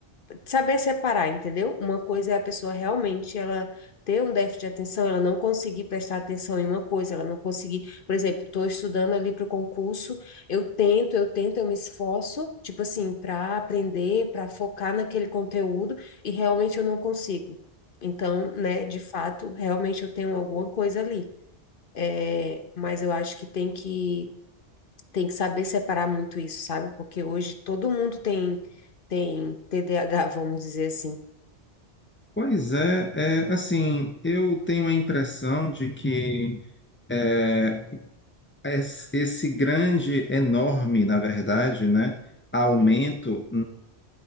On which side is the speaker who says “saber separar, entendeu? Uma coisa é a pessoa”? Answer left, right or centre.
Left